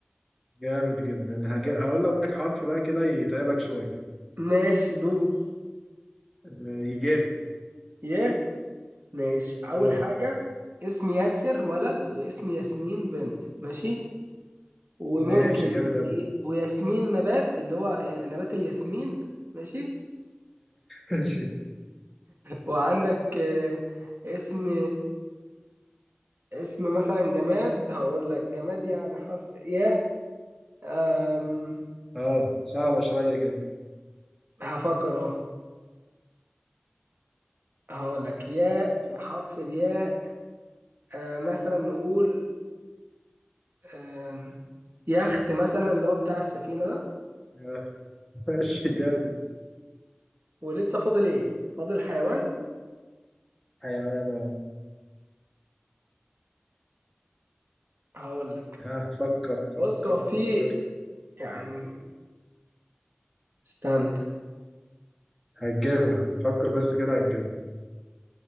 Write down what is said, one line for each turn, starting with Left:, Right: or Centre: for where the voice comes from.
Centre: جامد جدا هج...
Right: ماشي
Centre: هقول لك حرف بقى كده يتعبك شوية
Right: ماشي دوس
Centre: آه، يه
Right: يه ماشي اول
Centre: اه
Right: حاجه اسم ياسر ولد واسم ياسمين بنت ماشي وممكن
Centre: ماشي جامد أوي
Right: ي... وياسمين نبات اللي هو نبات الياسمين ماشي
Centre: ماشي
Right: وعندك آه، اسم اسم مثلا جماد هقول لك جماد يعني حرف ياء أم...
Centre: اه صعبة شوية كده
Right: هفكر اهو هقول لك ياء
Centre: ف-
Right: حرف الياء آه، مثلا نقول آم، يخت مثلا اللي هو بتاع السفينة ده
Centre: <laughs> ماشي جامد
Right: ولسه فاضل ايه فاضل حيوان
Centre: حيوان اه
Right: هقول لك
Centre: ها فكر فكر
Right: بص هو في
Centre: فكر
Right: يعني استنى
Centre: هتجيبها فكر بس كده هتجيبها